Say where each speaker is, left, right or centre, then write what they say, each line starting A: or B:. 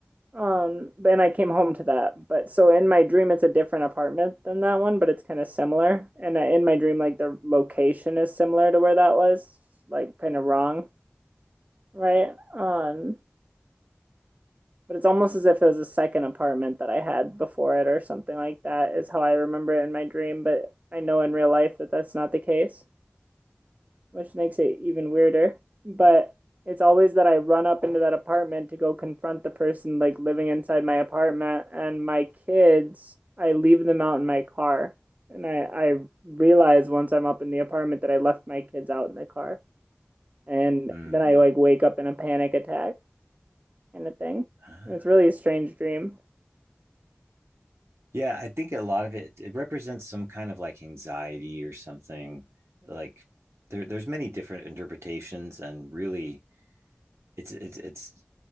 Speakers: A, on the right; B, on the right.
A: Um, and I came home to that. But so in my dream, it's a different apartment than that one, but it's kind of similar. And in my dream, like the location is similar to where that was, like kind of wrong, right? Um, but it's almost as if it was a second apartment that I had before it or something like that is how I remember it in my dream, but I know in real life that that's not the case, which makes it even weirder. But it's always that I run up into that apartment to go confront the person like living inside my apartment and my kids, I leave them out in my car. And I, I realize once I'm up in the apartment that I left my kids out in the car. And
B: Hmm.
A: then I like wake up in a panic attack kind of thing.
B: Ah.
A: And it's really a strange dream.
B: Yeah, I think a lot of it it represents some kind of like anxiety or something. Like there, there's many different interpretations, and really, it's it's it's